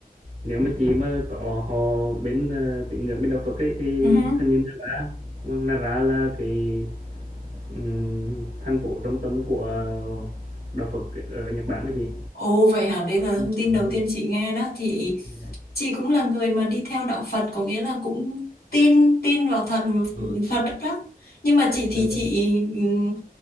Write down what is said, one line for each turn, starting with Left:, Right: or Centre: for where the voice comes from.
Right: Nếu mà chị mà có họ bên, ờ, tín ngưỡng bên đạo Phật ấy, thì
Left: ừ uh
Right: hình như Nara vâng, Nara là cái, ừm, thành phố trung tâm của đạo Phật ở Nhật Bản đó chị.
Left: Ồ vậy hả, đấy là thông
Right: Ừm,
Left: tin đầu tiên chị nghe đó. Chị
Right: Dạ vâng.
Left: chị cũng là người mà đi theo đạo Phật có nghĩa là cũng tin tin vào thần
Right: Dạ, dạ,
Left: Phật đó. Nhưng mà chị thì
Right: dạ vâng.
Left: chị ừm,